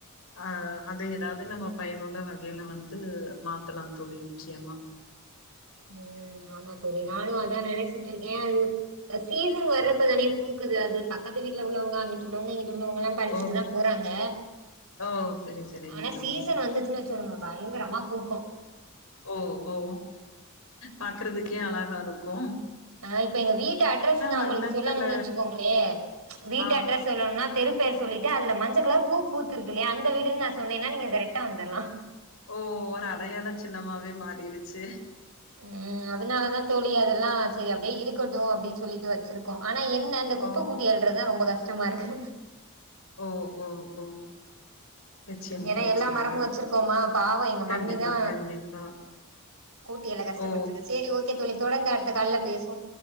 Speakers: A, on the left; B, on the right.
A: ஆஹ் அதைய அதாவது நம்ம பயனுள்ள வகையில வந்து மாத் தலம் தோழி நிச்சயமா
B: ம் ஆமா தோழி நானு அதா‌ நெனச்சிட்டுருக்கே அது சீசன் வரப்பதானே பூக்குது அது பக்கத்து வீட்டுல உள்ளவங்க அங்குட்டு உள்ளவங்க இங் டு உள்ளவங்கலா பறிச்சுட்டு
A: ஓ
B: தா போறாங்க
A: ஓ சரி சரிங்க
B: ஆனா
A: தோழி
B: சீசன் வந்துச்சின்னு வச்சுகோங்க பயங்கரமா பூக்கு
A: ஓ ஓ பாக்கறதுக்கே அலகாருக்கு
B: அ இப்ப எங்க வீட்டு அட்ரஸ் நா
A: வண்ணத்துல
B: உங்களுக்கு சொல்லணுன் வெச்சுக்கோங்களே வீட்டு
A: ஆ
B: அட்ரஸ் சொல்லணுன்னா தெருப்பேர் சொல்லிட்டு அதுல மஞ்ச கலர் பூ பூத்துருக்கு இல்லையா அந்த வீடுன் நா சொன்னேனா நீங்க கரெக்டா வந்தர்லா
A: ஓ ஒரு அடையாள சின்னமாவே மாறிருச்சி
B: ம் அதனாலதா தோழி அதெல்லா செரி அப்டியே இருக்கட்டு அப்டின் சொல்லிட்டு வச்சிருக்கோ ஆனா என்ன இந்த குப்ப
A: ஓ
B: கூட்டி அள்றதுதா ரொம்ப கஷ் டமாருக்கு
A: ஓ ஓ ஓ நிச்சயமா
B: ஏனா
A: நிச்சயமா
B: எல்லா மரமு வச்சிருக்கோமா பாவோ எங்க
A: கண்டிப்பா
B: மம்மிதா
A: கண்டிப்பா
B: கூட்டி எல்லா கஷ்டப்பட்ருக்கு
A: ஓ
B: சரி ஓகே தோழி தொடர்ந்து அடுத்த கால்ல பேசு